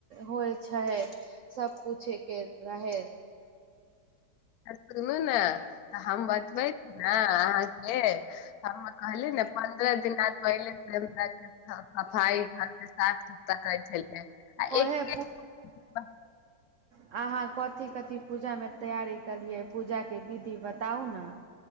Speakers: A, on the right; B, on the left.
A: होइ छै सब पूछे के रहे
B: सुनू ने तऽ हम ब ब ने अहाँ के हम कहली ने पन्द्रह दिना पहिले अच्छा सफाइ घरके साफ सुथरा करैत छलियै आ
A: ओहे
B: एक
A: अहााँ कथी कथी पूजा में तैयारी केलिये पूजा के विधि बताउ ने